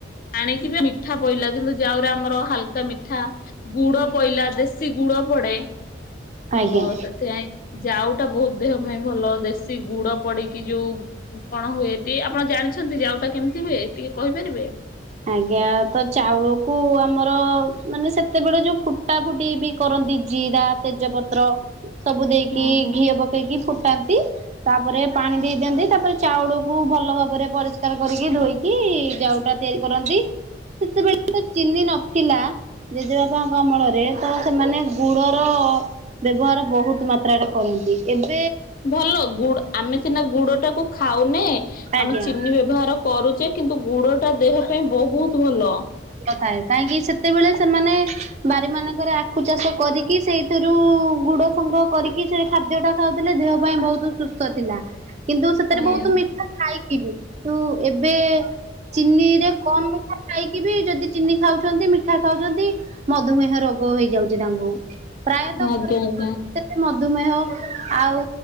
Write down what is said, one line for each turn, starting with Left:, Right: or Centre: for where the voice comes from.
Left: ଆଣିକି ମିଠା ପଇଲା କିନ୍ତୁ ଯାଉରେ ଆମର ହାଲକା ମିଠା ଗୁଡ଼ ପଇଲା ଦେଶୀ ଗୁଡ଼ ପୂର ପଡେ
Right: ଆଜ୍ଞା
Left: ତ ସେଥିପାଇଁ। ଯାଉ ଟା ବହୁତ ଦେହ ପାଇଁ ଭଲ ଦେଶୀ ଗୁଡ଼ ପଡ଼ିକି ଯୋଉ କଣ ହୁଏ ଟ ଆପଣ ଜାଣ ଜଣିଛନ୍ତି ଯାଉଟା କେମିତି ହୁଏ ଟିକେ କହିପାରିବେ।
Right: ଆଜ୍ଞା ତ ଚାଉଳକୁ ଆମର ମାନେ ସେତେବେଳେ ଯୋଉ ଫୁଟା ଫୁଟି ବି କର ଜିରା ତେଜପତ୍ର ସବୁ ଦେଇକି
Left: ହୁଁ ହୁଁ।
Right: ଘିଅ ପକେଇକି ଫୁଟାନ୍ତି। ତାପରେ ପାଣି ଦେଇ ଦିଅନ୍ତି ତାପରେ ଚାଉଳକୁ ଭଲ ଭାବରେ ପରିଷ୍କାର କରିକି ଧୋଇକି ଯାଉଟା। ତିଆରି କରନ୍ତି। ସେତେବେଳେ ତ ଚିନି ନଥିଲା ଜେଜେବାପଙ୍କ ଅମଳରେ ତ ସେମାନେ ଗୁଡ଼ର ବ୍ୟବହାର ବହୁତ ମାତ୍ରାରେରେ କରନ୍ତି ଏବେ
Left: ଭଲ ଗୁଡ଼ ଆମେ ସିନା ଗୁଡ଼ ଟାକୁ ଖାଉନେ,
Right: ଆଜ୍ଞା।
Left: ଆମେ ଚିନି ବ୍ୟବହାର କରୁ କରୁଚେ କିନ୍ତୁ ଗୁଡ଼ ଟା ଦେହ ପାଇଁ ବହୁତୁ ଭଲ।
Right: ଥାଏ କାହିଁକି ସେତେବେଳେ ସେମାନେ ବାରି ମାନଙ୍କରେ ଆଖୁ ଚାଷ କରିକି ସେଇଥିରୁ ଗୁଡ଼ ସ କରିକି ସେ ଖାଦ୍ୟ ଟା ଖାଉଥିଲେ ଦେହ ପାଇଁ ବହୁତୁ ସୁସ୍ଥ ଥିଲା। କିନ୍ତୁ ସେଥିରେ
Left: ହୁଁ।
Right: ବହୁତୁ ମିଠା ଥାଇକି ବି, କିନ୍ତୁ ଏବେ ଚିନି ରେ କମ୍ ମିଠା ଥାଇକି ବି ଯଦି ଚିନି ଖାଉଛନ୍ତି ମିଠା ଖାଉଛନ୍ତି ମଧୁମେହ ରୋଗ ହେଇଯାଉଛି ତାଙ୍କୁ ପ୍ରାୟତଃ
Left: ଆଜ୍ଞା ଆଜ୍ଞା।
Right: ମଧୁମେହ ଆଉ